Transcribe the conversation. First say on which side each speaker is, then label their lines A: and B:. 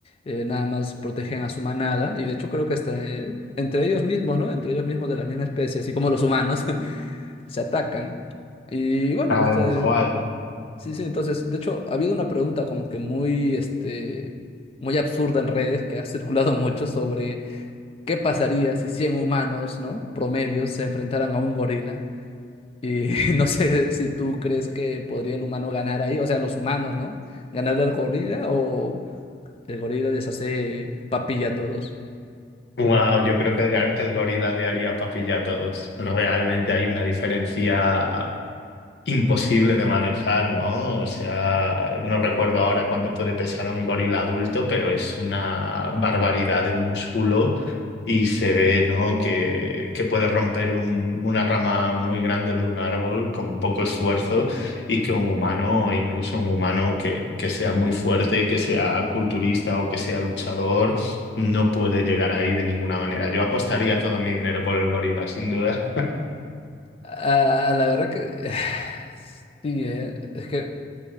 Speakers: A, on the left; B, on the left.
A: eh, nada más protegen a su manada y de hecho creo que hasta eh, entre ellos mismos, ¿no? Entre ellos mismos de la misma especie, así como los humanos, <laughs> se atacan. Y bueno,
B: Tal
A: este,
B: cual.
A: Sí, sí, entonces, de hecho, ha habido una pregunta como que muy, este, muy absurda en redes que ha circulado mucho sobre qué pasaría si 100 humanos, ¿no? Promedios se enfrentaran a un gorila. Y <laughs> no sé si tú crees que podría el humano ganar ahí, o sea, los humanos, ¿no? Ganarle al gorila o el gorila les hace papilla a todos.
B: Wow, yo creo que el, ga- el gorila le haría papilla a todos. Realmente hay una diferencia imposible de manejar, ¿no? O sea, no recuerdo ahora cuánto puede pesar un gorila adulto, pero es una barbaridad de músculo y se ve, ¿no? Que, que puede romper un- una rama muy grande de un árbol con poco esfuerzo y que un humano, incluso un humano que, que sea muy fuerte, que sea culturista o que sea luchador, no puede llegar ahí de ninguna manera. Yo apostaría todo mi dinero por el gorila, sin duda.
A: Ah, la verdad que <sighs> sí, eh, es que